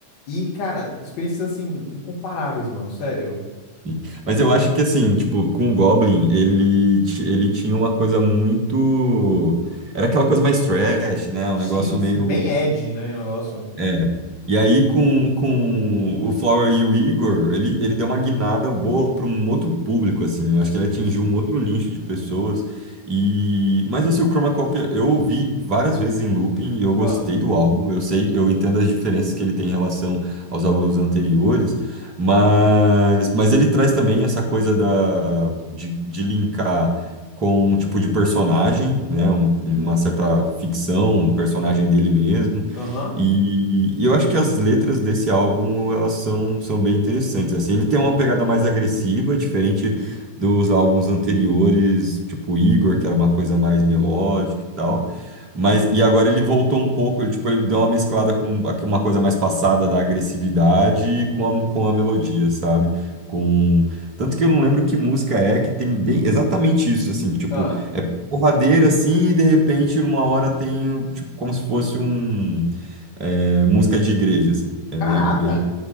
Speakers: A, on the left; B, on the right.
A: E, cara, experiências, assim, incomparáveis, mano, sério.
B: Sim. Mas eu acho que assim, tipo, com o Goblin, ele, ti- ele tinha uma coisa muito. Era aquela coisa mais trash, né? Um
A: Sim,
B: negócio
A: sim,
B: meio
A: bem Ed, né, o negócio.
B: é. E aí, com, com o Flower e o Igor, ele, ele deu uma guinada boa para um outro público, assim. Eu
A: Sim,
B: acho que ele atingiu
A: sim.
B: um outro nicho de pessoas. E... Mas, assim, o Chroma Copy eu ouvi várias vezes em looping, eu gostei
A: Ah,
B: do álbum, eu sei, eu entendo as diferenças que ele tem em relação aos álbuns anteriores, mas, mas ele traz também essa coisa da, de, de linkar com um tipo de personagem, né? um- uma certa ficção, um personagem dele mesmo
A: aham,
B: e, e eu acho que as letras desse álbum, elas são, são bem interessantes, assim, ele tem uma pegada mais agressiva, diferente dos álbuns anteriores, tipo Igor, que era uma coisa mais melódica e tal, mas, e agora ele voltou um pouco, ele, tipo, ele deu uma mesclada com aqui uma coisa mais passada da agressividade e com a, com a melodia, sabe? Com... Tanto que eu não lembro que música é que tem bem exatamente isso, assim, tipo,
A: ah.
B: é porradeira assim, e de repente, numa hora tem, tipo, como se fosse um. É, música de igreja, assim. É
A: Caraca,
B: bem, bem,